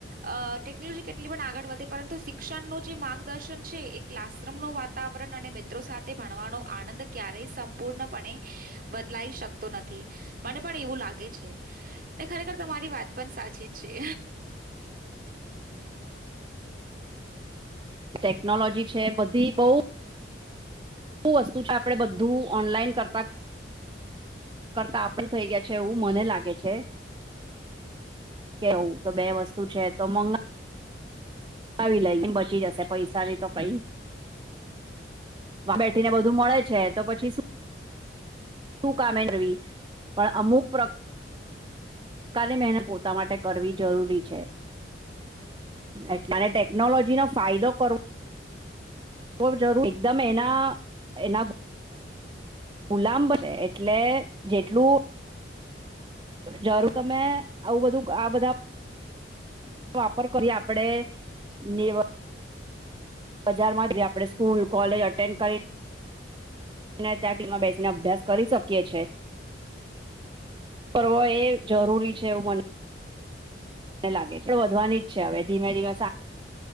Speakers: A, on the right (about 50°); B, on the right (about 25°).
A: અ ટેકનોલોજી કેટલી પણ આગળ વધે પરંતુ શી શિક્ષણનું જે માર્ગદર્શન છે એ ક્લાસરૂમનું વાતાવરણ અને મિત્રો સાથે ભણવાનો આનંદ ક્યારેય સં પૂર્ણપણે બદલાઈ શકતો નથી મને પણ એવું લાગે છે. અને ખરેખર તમારી વાત પણ સાચી જ છે.
B: ટેકનોલોજી છે, બધી બઉ ધુ વસ્તુ છે આપડે બધું ઓનલાઈન કરતા કરતા આપણું થઈ ગયા છે એવું મને લાગે છે. કેવું તો બે વસ્તુ છે તો મંગા આવી લઈ એમ બચી જશે પૈસાની તો કઈ બેઠીને બધું મળે છે તો પછી શું શું કામે નવી પણ અમુક પ્ર કાલે મહેનત પોતા માટે કરવી જરૂરી છે. એટલે અને ટેકનોલોજીનો ફાયદો કરવો બવ જરૂર એકદમ એના એના ગુલામબ છે એટલે જેટલું જરૂર તમે આવું બધું આ બધા વાપર કરી આપડે નેવ હજારમાં જે આપડે સ્કૂલ કોલેજ અટેન્ડ કરીન ને ત્યાં ટીમમાં બેસીને અભ્યાસ કરી શકીએ છીએ. કરવો એ જરૂરી છે એવું મને લાગે છે વધવાની જ છે હવે ધીમે ધીમે,